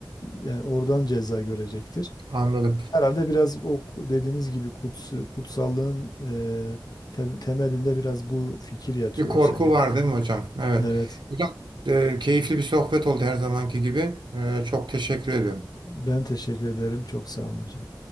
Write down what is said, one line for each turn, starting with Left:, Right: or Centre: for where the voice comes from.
Left: yani oradan ceza görecektir.
Right: Anladım.
Left: Herhalde biraz o dediğiniz gibi kuts kutsallığın e, te- temelinde biraz bu fikir yatıyor
Right: Bir korku
Left: olsa gerek.
Right: var değil mi hocam? Evet.
Left: Evet.
Right: Hocam e, keyifli bir sohbet oldu her zamanki gibi. E, çok teşekkür ediyorum.
Left: Ben teşekkür ederim. Çok sağ olun hocam.